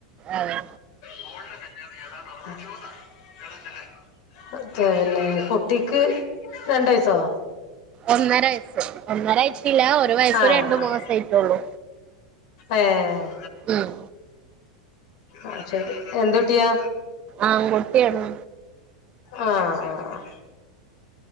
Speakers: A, on the right; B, on the left.
A: അതെ
B: മോളില കല്യാണം ഏതാണ്ടുറപ്പിച്ചു, ചെല്ലേ ചെല്ലേ ഓക്കെ പിന്നെ കുട്ടിക്ക് രണ്ട് വയസോ
A: ഒന്നര വയസ്സ് ഒന്നര ആയിട്ടില്ല ഒരു വയസ്സ്
B: ആഹ്
A: രണ്ടു
B: ആഹ്
A: മാസായിട്ടുള്ളൂ.
B: ഏഹ്
A: ഉം
B: ആഹ് ശരി എന്ത്‌ കുട്ടിയാ.
A: ആൺ കുട്ടിയാണ്.
B: ആഹ് ആഹ്